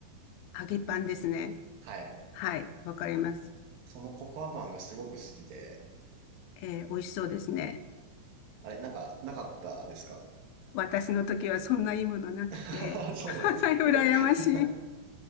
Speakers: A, on the left; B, on the right.
A: 揚げパンですね。
B: はい。
A: はい。わかります。
B: そのココアパンがすごく好きで、
A: ええ、美味しそうですね。
B: あれ、なんか、なかったですか
A: 私の時はそんないいものなくて。
B: <laughs> そうなんですね。
A: はい。羨ましい。
B: <laughs>